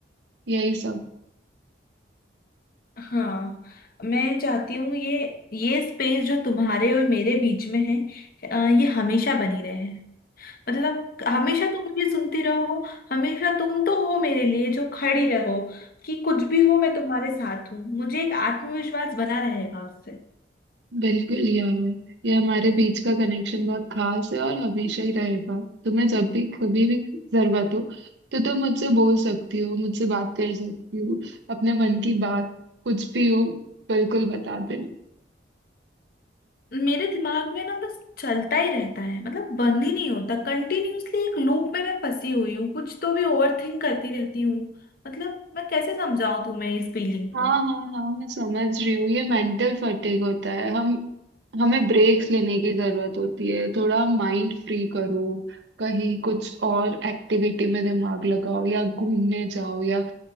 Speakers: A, on the right; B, on the left.
A: यही सब
B: हाँ मैं चाहती हूँ ये ये स्पेस जो तुम्हारे और मेरे बीच में है अ, ये हमेशा बनी रहे मतलब हमेशा तुम मुझे सुनती रहो हमेशा तुम तो हो मेरे लिए जो खड़ी रहो कि कुछ भी हो मैं तुम्हारे साथ हूँ मुझे एक आत्मविश्वास बना रहेगा उससे
A: बिल्कुल यार ये हमारे बीच का कनेक्शन बहुत खास है और हमेशा ही रहेगा तुम्हें जब भी कभी भी जरूरत हो तो तुम मुझसे बोल सकती हो मुझसे बात कर सकती हो अपने मन की बात कुछ भी हो बिल्कुल बता देना
B: मेरे दिमाग में ना बस चलता ही रहता है मतलब बंद ही नहीं होता कंटिन्यूअसली एक लूप में मैं फंसी हुई हूँ कुछ तो भी ओवर थिंक करती रहती हूँ मतलब मैं कैसे समझाऊं तुम्हें इस फीलिंग को
A: हाँ हाँ हाँ मैं समझ रही हूँ ये मेंटल फटीग होता है हम हमें ब्रेक्स लेने की जरूरत होती है थोड़ा माइंड फ्री करो कहीं कुछ और एक्टिविटी में दिमाग लगाओ या घूमने जाओ या